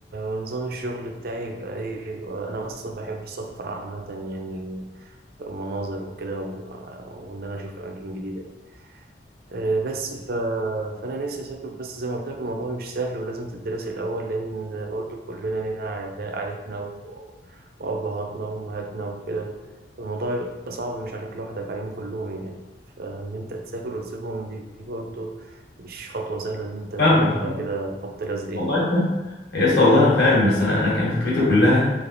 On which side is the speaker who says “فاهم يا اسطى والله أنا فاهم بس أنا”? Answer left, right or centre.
Left